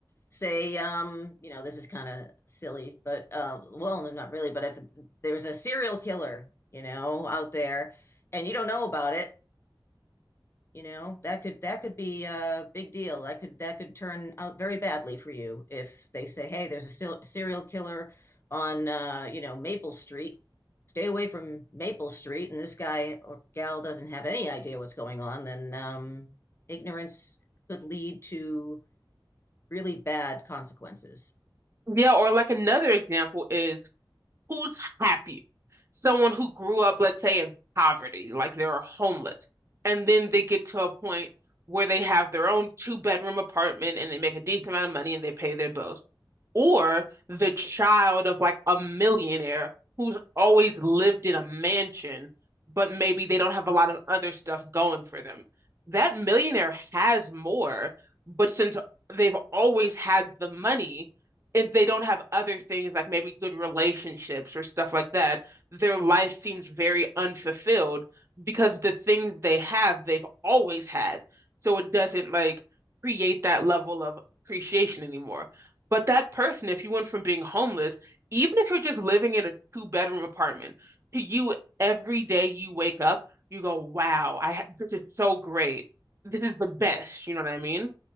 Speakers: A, on the left; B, on the right.
A: say, um, you know, this is kind of silly, but uh, well, no, not really, but if there's a serial killer, you know, out there and you don't know about it, You know, that could that could be a big deal. That could that could turn out very badly for you if they say, "Hey, there's a se- serial killer on uh, you know, Maple Street. Stay away from Maple Street." And this guy or gal doesn't have any idea what's going on, then um, ignorance could lead to really bad consequences.
B: Yeah, or like another example is who's happy? Someone who grew up, let's say, in poverty, like they're homeless, and then they get to a point where they have their own two bedroom apartment and they make a decent amount of money and they pay their bills or the child of like a millionaire who's always lived in a mansion, but maybe they don't have a lot of other stuff going for them. That millionaire has more, but since they've always had the money, if they don't have other things like maybe good relationships or stuff like that, their life seems very unfulfilled because the things they have, they've always had. So it doesn't like create that level of appreciation anymore. But that person, if you went from being homeless, even if you're just living in a two bedroom apartment, to you, every day you wake up, you go, wow, I ha- this is so great. This is the best. You know what I mean?